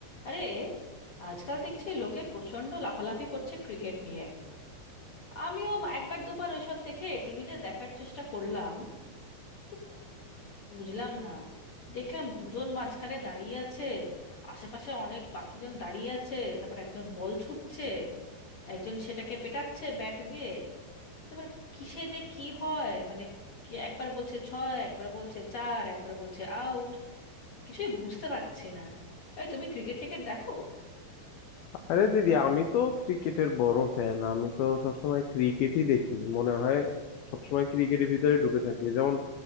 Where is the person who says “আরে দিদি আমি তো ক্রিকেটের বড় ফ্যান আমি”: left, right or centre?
Left